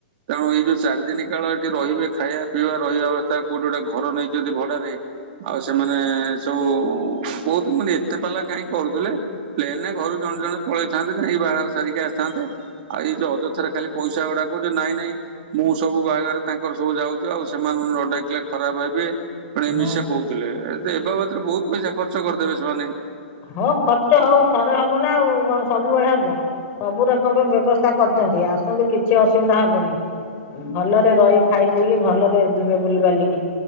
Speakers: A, on the right (about 50°); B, on the left (about 35°).
A: ତେଣୁ ଏଇ ଯୋଉ ଚାରିଦିନ କାଳ ଏଠି ରହିବେ ଖାଇବା ପିଇବା ରହିବା ଅବସ୍ଥା କୋଉଠି ଗୋଟେ ଘର ନେଇଛନ୍ତି ଭଡାରେ। ଆଉ ସେମାନେ ସବୁ ବହୁତ ମାନେ ଏତେ ପାଲା କାହିଁକି କରୁଥିଲେ ପ୍ଲେନେ ଘରୁ ଜଣେ ଜଣେ ପଳେଇଥାନ୍ତେ ଯାଇକି ବାହାଘର ସାରିକି ଆସିଥାନ୍ତେ। ଆଉ ଏଇ ଯଉ ଅଯଥାରେ ଖଲି ପଇସା ଗୁଡାକୁ ନାଇଁ ନାଇଁ ମୁଁ ସବୁ ବାହାରେ ତାଙ୍କର ସବୁ ଯାଉଛି ଆଉ ସେମାନଙ୍କୁ ନ ଡାକିଲେ ଖରାପ ଭାବିବେ। ପ ଏ ମିଶ
B: ହଁ
A: କହୁଥିଲେ ଏ ବାବଦରେ ବହୁତ ପଇସା ଖର୍ଚ୍ଚ କରିଦେବେ ସେମାନେ।
B: ହଁ ଖର୍ଚ୍ଚ ହଉ ଥରେ ହବ ନା ଆଉ କଣ ସବୁବେଳେ ହବ। ସବୁ ରକମର ବ୍ୟବସ୍ଥା କରିଛନ୍ତି ଆସନ୍ତୁ କିଛି ଅସୁବିଧା ହବନି। ଭଲରେ ରହି ଖାଇ ପିଇକି ଭଲରେ ଯିବେ ବୁଲି ବାଲିକୀ।